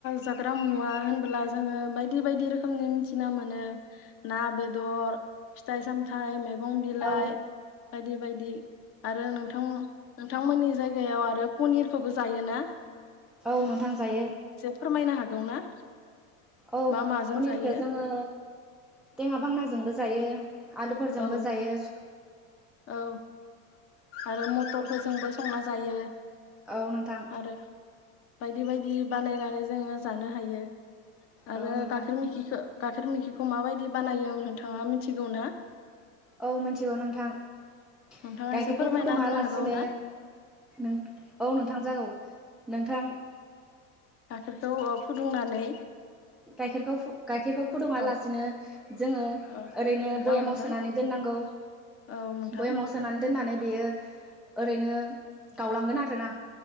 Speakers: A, on the left (about 30°); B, in the centre.
A: जाग्रा मुवा होनबोला जोङो बायदि बायदि रोखोमनि मिथिना मोनो ना बेदर फिथाइ सामथाइ मैगं बिलाइ
B: औ
A: बायदि बायदि आरो नोंथां नोंथांमोननि जायगायाव आरो पनिरखौबो जायो ना?
B: औ नोंथां जायो
A: फोरमायनो हागौ ना?
B: औ
A: मा माजों
B: पनिरखौ
A: जायो
B: जोङो देङा बांनाजोंबो जायो आलुफोरजोंबो
A: औ
B: जायो <inaudible>
A: औ आरो मटरफोरजोंबो संना जायो
B: औ नोंथां
A: आरो बायदि बायदि बानायनानै जोङो जानो हायो आरो
B: औ नोंथां
A: गाखेर मिखिखो गाइखेर मोखिखौ माबायदि बानायो नोंथाङा मिथिगौ ना?
B: औ मिथिगौ नोंथां नोंथां
A: नोंथाङा
B: गाइखेरखौ
A: एसे फोरमायना
B: फुदुङा
A: होनो
B: लासिनो
A: हागौ ना
B: औ नोंथां जागौ नोंथां
A: गाइखेरखौ फुदुंनानै
B: गाइखेरखौ गाइखेरखौ फुदुङा
A: औ
B: लासिनो जोङो
A: औ
B: ओरैनो भयामाव
A: औ नोंथां
B: सोनानै दोननांगौ
A: औ नोंथां
B: भयामाव सोनानै दोननानै बेयो ओरैनो गावलांगोन आरोना